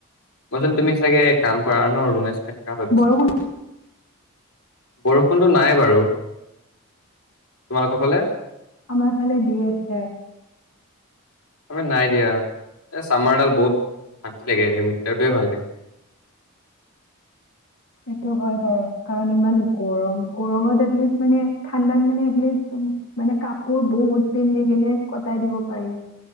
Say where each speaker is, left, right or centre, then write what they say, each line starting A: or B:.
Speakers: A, on the left; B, on the left.
A: মই চোন তুমি চাগে কাম কৰা ন ৰুমে চোমে কা ভাবিছিলোঁ।
B: বৰষুণ
A: বৰষুণটো নাই বাৰু, তোমালোকৰ ফালে?
B: আমাৰ ফালে দি আছে।
A: নাই দিয়া, এ চামাৰডাল বহুত অশান্তি লাগে যে উইন্টাৰটোৱে ভাল লাগে।
B: সেইটো হয় বাৰু কাৰণ ইমান গৰম গৰমত এটলিষ্ট মানে ঠাণ্ডাত মানে এলিষ্ট মানে কাপোৰ বহুত পিন্ধি কিনে কটাই দিব পাৰি।